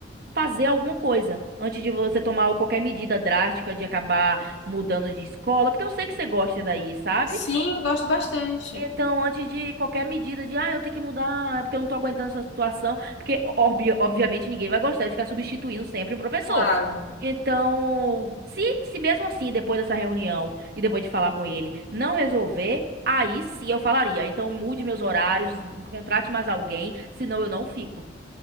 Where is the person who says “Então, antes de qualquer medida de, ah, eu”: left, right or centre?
Right